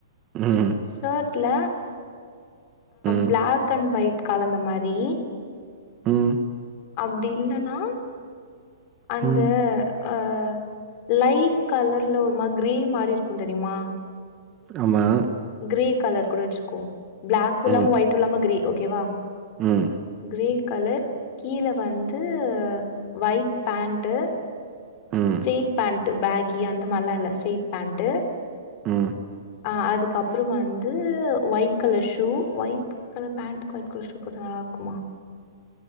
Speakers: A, on the right (about 20°); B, on the left (about 30°).
A: ம்
B: ஷேர்ட்ல
A: ம்.
B: பிளாக் அண் ஒயிட் கலந்த மாரி
A: ம்
B: அப்டி இல்லன்னா அந்த
A: ம்.
B: ஆ லைட் கலர்ல ஒரு மாரி க்ரே மாரி இருக்கும் தெரிமா
A: ஆமா
B: க்ரே கலர் கூட வச்சுக்கோ பிளாக் இல்லாம
A: ம்.
B: ஒயிட் இல்லாம க்ரே ஓகேவா
A: ம்
B: க்ரே கலர் கீழ வந்து ஒயிட் பேண்ட்டு
A: ம்
B: ஸ்ட்ரெயிட் பேண்ட் பேகி அந்த மாரிலா இல்ல ஸ்ட்ரெயிட் பேண்டு
A: ம்
B: ஆ அதுக்கப்புறம் வந்து ஒயிட் கலர் ஷூ ஒயிட் அத பேண்ட்டுக்கு ஒயிட் கலர் ஷூ போட்ட நல்லா இருக்குமா